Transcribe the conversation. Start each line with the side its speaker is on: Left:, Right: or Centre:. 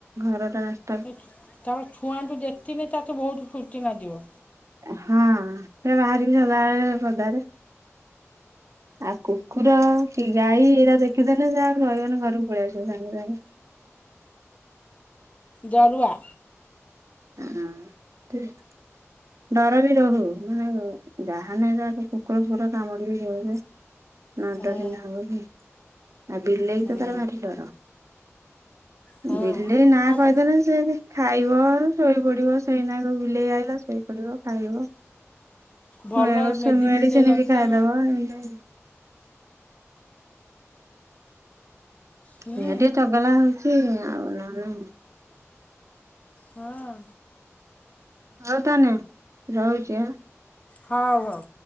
Right: ଘରଟା ରାସ୍
Left: ଏକ୍ ଛୁଆତୁ ଦେଖିନେ ତାକୁ ବହୁତ ଖୁଚି ନାଗିବ।
Right: ହା ସେ ବାହାରି ସଦାବେଳେ ପଦାରେ। ଆଉ କୁକୁର କି ଗାଈ ଏଇରା ଦେଖିଦେଲେ ସେ ଆଉ ରହିବନି ଘରକୁ ପଳେଇ ଆସିବ ସାଙ୍ଗେ ସାଙ୍ଗେ।
Left: ଜରୁଆ।
Right: ହୁଁ ଠିକ୍। ଡର ବି ରହୁ ମାନେ ଯାହାନେ କୁକୁର ଫୁକୁର କାମୁଡି ବେ <unintelligible> ନ
Left: ହୁଁ
Right: ଡରିଲେ ହବ କି ଆଉ ବିଲେଇ
Left: ହୁଁ
Right: ତ ତାର ଭାରି ଡର।
Left: ହଁ।
Right: ବିଲେଇ ନାଁ
Left: ତମ
Right: କହିଦେଲେ ସେ ଖାଇବ। ଶୋଇ ପଡିବ ସେଇନାକୁ ବିଲେଇ ଆଇଲା ଶୋଇପଡିବ ଖାଇବ।
Left: ଭଲ
Right: ମେଉସ
Left: ମେଡ଼ିସିନଟେ
Right: ମେଡିସିନ
Left: ଲତା
Right: ବି ଖାଇଦବ <unintelligible>
Left: ହୁଁ
Right: ଇଏ ଟିକେ ଟଗଲା ହଉଛି ଆଉ ନ ନାହି।
Left: ହଁ।
Right: ହଉ ତାନେ ରହୁଛି ଆ।
Left: ହଉ ହଉ।